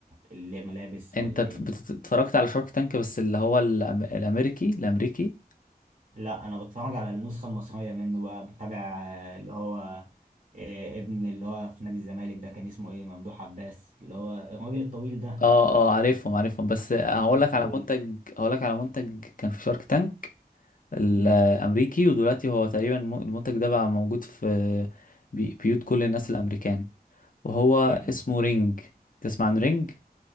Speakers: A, on the right; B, on the left.
A: الملابس
B: انت
A: ولا
B: ات-
A: ايه
B: بت- اتفرجت على شارك تانك بس اللي هو الأم- الامريكي الامريكي
A: لا انا بتفرج على النسخه المصريه منه بقى بتابع آه، اللي هو آه، ابن اللي هو في نادي الزمالك ده كان اسمه ايه ممدوح عباس اللي هو الراجل الطويل ده
B: اه اه عارفهم عارفهم بس هقول
A: خفيف
B: لك على
A: أوي.
B: منتج هقول لك على منتج كان في شارك تانك الامريكي
A: امم
B: ودلوقتي هو تقريبا م- المنتج ده بقى موجود في بي- بيوت كل الناس الامريكان وهو
A: ايه ده
B: اسمه رينج تسمع عن رينج